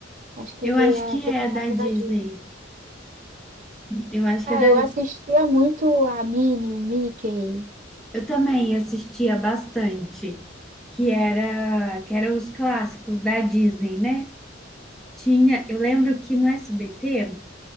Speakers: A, on the right (about 40°); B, in the centre.
A: Acho que
B: Eu
A: ele
B: acho
A: é
B: que
A: personagem
B: é da Disney.
A: da Disney.
B: Eu acho que
A: Ah,
B: é da.
A: eu assistia muito a Minnie, o Mickey.
B: Eu também assistia bastante, que era que eram os clássicos da Disney, né? Tinha, eu lembro que no SBT